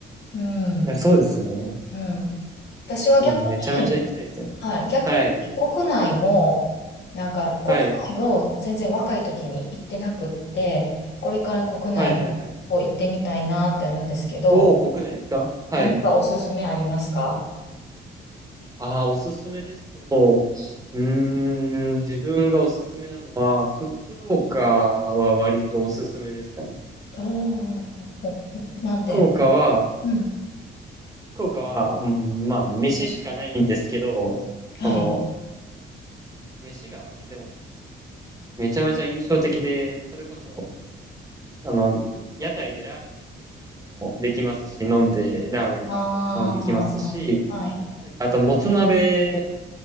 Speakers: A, on the left; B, on the right.
A: うん。
B: いやそうですね。
A: うん。私は逆に、
B: うん、めちゃめちゃ行きたいですね。
A: はい、逆に国内も、
B: はい。
A: なんか国内を全然若い時に行ってなくって、
B: はい。
A: これから国内こう行ってみたいなってあるんですけど、
B: はい、はい、はい。おお、国内ですかはい。
A: 何かおすすめありますか
B: ああ、おすすめですと、うーん、自分がおすすめなのは、福岡は割とおすすめですかね。
A: おーお、なんで、
B: 福岡は、
A: うん、
B: 福岡は、うん、まあ、飯しかないんですけど、
A: はい。
B: その、飯が、でも、めちゃめちゃ印象的で、それこそ、あの、屋台でラーメン食べたりとかもできますし、飲んでラーメン食べてとかもできますし、
A: ああ、はい。
B: なんかあと、もつ鍋